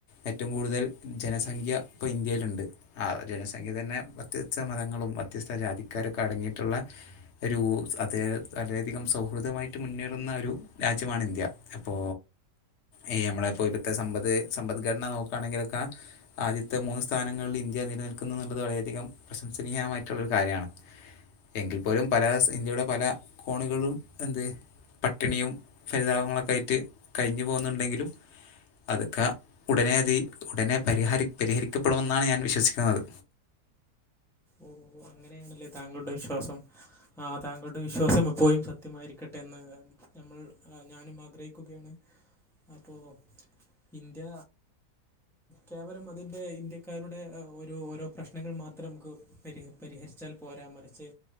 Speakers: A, on the left; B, in the centre.
A: ഏറ്റവും കൂടുതൽ ജനസംഖ്യ ഇപ്പ ഇന്ത്യയിലുണ്ട് ആഹ് ജനസംഖ്യ തന്നെ വ്യത്യസ്ത മതങ്ങളും വ്യത്യസ്ത ജാതിക്കാരുമൊക്കെ അടങ്ങിയിട്ടുള്ള ഒരു അത് വളരെയധികം സൗഹൃദമായിട്ട് മുന്നേറുന്ന ഒരു രാജ്യമാണ് ഇന്ത്യ അപ്പോ ഈ നമ്മടെ ഇപ്പോ ഇപ്പത്തെ സമ്പദ് സമ്പദ്ഘടന നോക്കുകയാണെങ്കിലൊക്കെ ആദ്യത്തെ മൂന്ന് സ്ഥാനങ്ങളിൽ ഇന്ത്യ നിലനിൽക്കുന്നു എന്നുള്ളത് വളരെയധികം പ്രശംസനീയമായിട്ടുള്ളൊരു കാര്യാണ് എങ്കിൽ പോലും പല ഇന്ത്യയുടെ പല കോണുകളിലും എന്ത് പട്ടിണിയും ഫരിതാപങ്ങളൊക്കെ ആയിട്ട് കഴിഞ്ഞു പോകുന്നുണ്ടെങ്കിലും അതൊക്കെ ഉടനെ അതി ഉടനെ പരിഹരി പരിഹരിക്കപ്പെടുമെന്നാണ് ഞാൻ വിശ്വസിക്കുന്നത്
B: ഓഹ് ഓഹ് അങ്ങനെയണല്ലെ താങ്കളുടെ വിശ്വാസം ആഹ് താങ്കളുടെ വിശ്വാസം എപ്പോഴും സത്യമായിരിക്കട്ടെ എന്ന് നമ്മൾ ഞാനും ആഗ്രഹിക്കുകയാണ് അപ്പോ ഇന്ത്യ കേവലം അതിൻ്റെ ഇന്ത്യക്കാരുടെ ഓരോ ഓരോ പ്രശ്നങ്ങൾ മാത്രം നമുക്ക് പരി പരിഹരിച്ചാൽ പോരാ മറിച്ച്